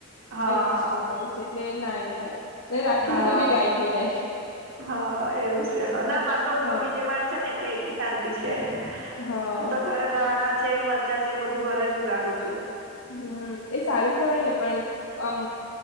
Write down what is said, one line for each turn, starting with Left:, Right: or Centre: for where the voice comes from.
Right: હા
Left: એડજસ્ટિંગે છે, એટલે ના એ થાય રાખીને
Right: હા.
Left: તો બી ગાય ખાઈ જાય.
Right: હા એવું છે અને મારે તો ઉપર
Left: હા
Right: બીજે માણ ને એટલે એટલી શાંતિ છે
Left: હા
Right: હું તો ઘરે ધાણા છે, મ બચા છે એ બધું ઘર જ ઉગાડું છુ.
Left: હમ એ સારું કેવાય ને પણ આમ